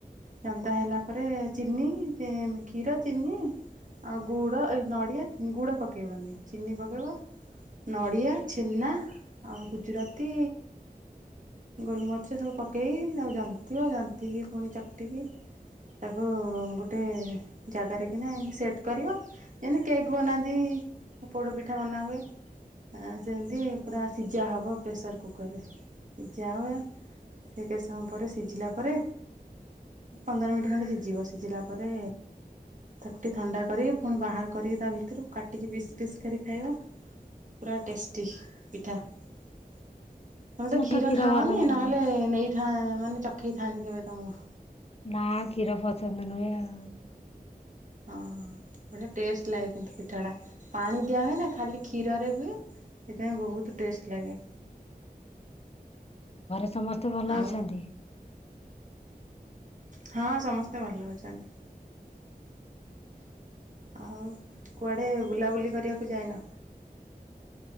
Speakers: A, on the right; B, on the left.
A: ଜନ୍ତା ହେଲା ପରେ ଚିନି, ଏ- କ୍ଷୀର, ଚିନି, ଆଉ ଗୁଡ଼ ଏ ନଡ଼ିଆ, ଗୁଡ଼ ପକେଇବନି, ଚିନି ପକେଇବ ନଡ଼ିଆ, ଛେନା ଆଉ ଗୁଜୁରାତି, ଗୋଲମରିଚ ସବୁ ପକେଇ ଆଉ ଜନ୍ତିବ, ଜନ୍ତିକି ପୁଣି ଚକଟିକି ତାକୁ ଗୋଟେ ଜାଗାରେ, କିନା ଏମତି ସେଟ୍ କରିବ, ଯେମିତି କେକ୍ ବନାନ୍ତି, ପୋଡ଼ପିଠା ବନାହୁଏ। ଏଁ, ସେମିତି ପୁରା ସିଜା ହବ, ପ୍ରେସର୍ କୁକର୍ ରେ ସିଜା ହବ, ସେ କେତେ ସମୟ ପରେ ସିଜିଲା ପରେ, ପନ୍ଦର ମିନିଟ୍ ଖଣ୍ଡେ ସିଜିବ, ସିଜିଲା ପରେ ତାକୁ ଟିକେ ଥଣ୍ଡା କରିକି ପୁଣି ବାହାର କରିକି ତା ଭିତରୁ କାଟିକି ପିସ୍, ପିସ୍ କରି ଖାଇବ। ପୁରା ଟେଷ୍ଟି ପିଠା। ତୋମେ ତ
B: ମତେ
A: କ୍ଷୀର ଖାଅନି,
B: ଭଲ ଲାଗେନି।
A: ନହେଲେ ନେଇ ଠା ମାନେ ଚଖେଇ ଥାନ୍ତି, କେବେ ତୋମକୁ।
B: ନା କ୍ଷୀର ପସନ୍ଦ ନୁହେଁ, ଆଉ।
A: ହଁ, ହଁ ବଢ଼ିଆ ଟେଷ୍ଟ ଲାଗେ କିନ୍ତୁ ପିଠା ଟା, ପାଣି ଦିଆ ହୁଏ ନା ଖାଲି କ୍ଷୀରରେ ହୁଏ। ସେଥିପାଇଁ, ବହୁତ ଟେଷ୍ଟ ଲାଗେ।
B: ଘରେ ସବୁ ସମସ୍ତେ ଭଲ
A: ଆଉ
B: ଅଛନ୍ତି।
A: ହଁ ସମସ୍ତେ ଭଲ ଅଛନ୍ତି। ଆଉ କୁଆଡେ ବୁଲାବୁଲି କରିବାକୁ ଯାଇନ।